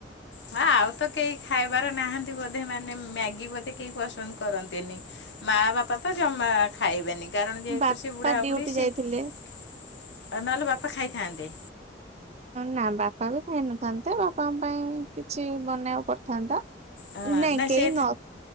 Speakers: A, on the left; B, on the right.
A: ନା ଆଉ ତ କେହି ଖାଇବାର ନାହାନ୍ତି ବୋଧେ ମାନେ ମ୍ୟାଗି ବୋଧେ କେହି ପସନ୍ଦ କରନ୍ତିନି। ମା ବାପା ତ ଜମା ଖାଇବେନି କାରଣ ଯେହେତୁ
B: ବାପା
A: ସେ ବୁଢ଼ା
B: ଡ୍ୟୁଟି
A: ବୁଢୀ ସି
B: ଯାଇଥିଲେ
A: ନହେଲେ ବାପା ଖାଇଥାନ୍ତେ।
B: ନା ବାପା ବି ଖାଇନଥାନ୍ତେ ବାପାଙ୍କ ପାଇଁ କିଛି ବନେଇକୁ ପଡିଥାନ୍ତା।
A: ହଁ
B: ନାଇଁ
A: ନା
B: କେହି
A: ସେ
B: ନ